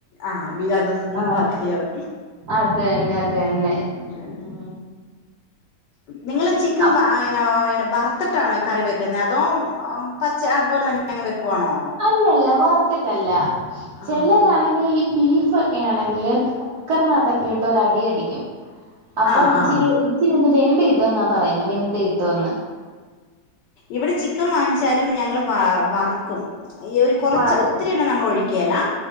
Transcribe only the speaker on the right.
ആഹ്
അത് തന്നെ അത് തന്നെ
ഉം
അ-
അല്ലല്ല വർത്തിട്ടല്ല
ചിലരാണെങ്കിൽ ഈ ബീഫ് ഫൊക്കെ ആണെങ്കിൽ കുക്കറിനകത്തൊക്കെ ഇട്ട് ഒരടിയടിക്കും അപ്പം
ഇച്ചിരി
ഇച്ചിരി ഒന്ന് <unintelligible> വ കിട്ടോന്നാ പറയെന്നെ വെന്ത് കിട്ടോന്ന്
വറക്കും